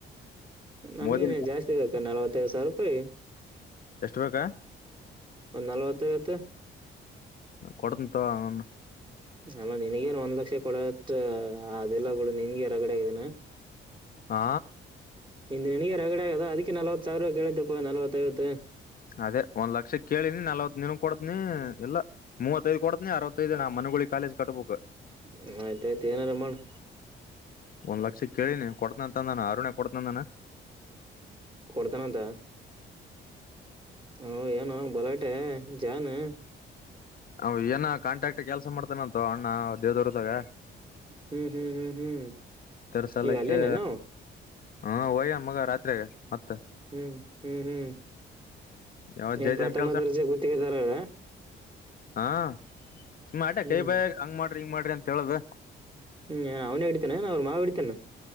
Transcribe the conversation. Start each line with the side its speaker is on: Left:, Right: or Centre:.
Right: ನಮ್ಗನೆ
Left: ಮೋದಿ
Right: ಜಾಸ್ತಿ ಬೇಕಾ ನಲ್ವತ್ತೈದು ಸಾವಿರ ರೂಪಾಯಿ
Left: ಎಷ್ಟ ಬೇಕಾ
Right: ಒ ನಲ್ವತ್ತ ೈವತ್ತು
Left: ಕೊಡಂತದಾ ಅವ
Right: ಅಲ್ಲ ನಿನಗೇನ್ ಒಂದ್ ಲಕ್ಷ ಕೊಡತ್ ಅದೆಲ್ಲ ಬಿಡ ನಿನ್ಗ ಹೊರಗಡೆ ಆಗಿದಿನ
Left: ಆ
Right: ನಿಂದ್ ನಿನಗೆ ರಗಡೆ ಆಗದ ಅದಕ್ಕೆ ನಲ್ತ್ ಸಾವಿರ ಕೇಳ್ದಪ್ಪಾ ನಲವತ್ತೈವತ್ತು
Left: ಅದೇ ಒಂದ್ ಲಕ್ಷ ಕೇಳಿನಿ ನಲ್ವತ್ ನೀಿನ ಕೊಡದ್ನಿ ಎಲ್ಲ ಮೂವತ್ ತ್ತೈದು ಕೊತನ ಅವತ್ತೈದು ನ ಮಗಳ ಕಾಲೇಜ ಕಟ್ಬಬೇಕು
Right: ಹ್ಮ ಆಯ್ತಾಯಯ್ತು ಏನಾರು ಮಾಡು
Left: ಒಂದ್ ಲಕ್ಷ ಕೇಳಿನಿ ಕೊಡ್ತನಂತಂದಾನ ಆರುಣ್ಯ ಕೊಡ್ತನಂದನ
Right: ಪರ್ಧಾನದ ಹಓ ಏನು ಬಲಟೆ ಜಾನ್
Left: ಅವ ಏನ ಕಾಂಟ್ಯಾಕ್ಟ್ ಕೆಲ್ಸ ಮಾಡ್ತೇಾನಂತು ಅಣ್ಣ ದೇವ್ವ್ರದಾಗ
Right: ಹ್ಮ್ ಹ್ಮ್ ಹ್ಮ್ ಹ್ಮ್
Left: ತರ್ಸಲಕ್ಕೆ
Right: ಈಗ ಅಲ್ಲೇನನು
Left: ಹಾ ಒಯ್ಯ ಮಗ ರಾತ್ರಿಾಗ ಮತ್ತೆ
Right: ಹ್ಮ್ ಹ್ಮ್ ಹ್ಮ್
Left: ಯಾವ
Right: ನೀನ್
Left: ಜೈಜಾಮ್
Right: ಪ್ರಥಮ
Left: ಕೆಲ್ಸ
Right: ದರ್ಜೆ ಗೊತ್ತಿಗೆದಾರ್ರ
Left: ಹಾ ಸುಮಾ ಅಟೇ
Right: ಹ್ಮ್
Left: ಕೈ ಬಯ ಹಂಗ ಮಾಡ್ರಿ ಹಿಂಗ್ ಮಾಡ್ರಿ ಅಂತ ಹೇಳುದ
Right: ಹ್ಮ್ ನನ್ ಅವನೇ ಹಡಿತಾನೆ ನ ಅವ್ರ ಮಾವ ಹಡಿತತಾನ